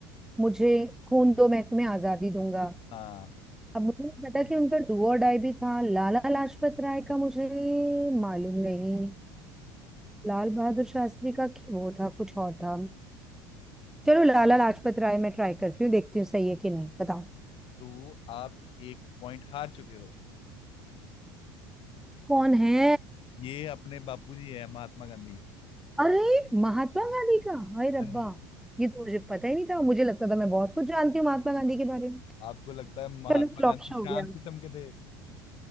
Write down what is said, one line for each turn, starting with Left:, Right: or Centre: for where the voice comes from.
Centre: मुझे खून दो मैं तुम्हें आजादी दूंगा
Left: हाँ
Centre: अब मुझे नहीं पता कि उनका डू और डाई भी था लाला लाजपत राय का मुझे मालूम नहीं लाल बहादुर शास्त्री का वो था कुछ और था चलो लाला लाजपत राय मैं ट्राई करती हूँ देखती हूँ सही है कि नहीं बताओ
Left: तो आप एक पॉइंट हार चुके हो
Centre: कौन है
Left: ये अपने बापूजी है महात्मा गांधी
Centre: अरे महात्मा गांधी का हाय रब्बा
Left: हाँ जी
Centre: ये तो मुझे पता ही नहीं था मुझे लगता था मैं बहुत कुछ जानती हूँ महात्मा गांधी के बारे में
Left: आपको लगता है महात्मा
Centre: चलो फ्लॉप
Left: गांधी
Centre: शो
Left: शांत
Centre: हो गया
Left: किस्म के थे